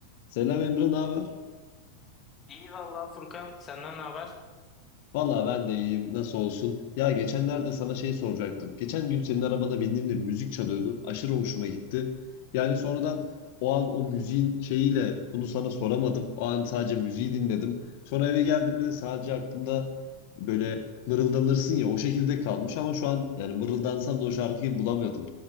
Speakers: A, on the left; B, on the left.
A: Selam Emre, ne haber?
B: İyi valla Furkan senden ne haber?
A: Valla ben de iyiyim. Nasıl olsun? Ya geçenlerde sana şey soracaktım. Geçen gün senin arabana bindiğimde müzik çalıyordu. Aşırı hoşuma gitti. Yani sonradan o an o müziğin şeyiyle bunu sana soramadım. O an sadece müziği dinledim. Sonra eve geldiğimde de sadece aklımda böyle mırıldanırsın ya o şekilde kalmış ama şu an yani mırıldansam da o şarkıyı bulamıyordum.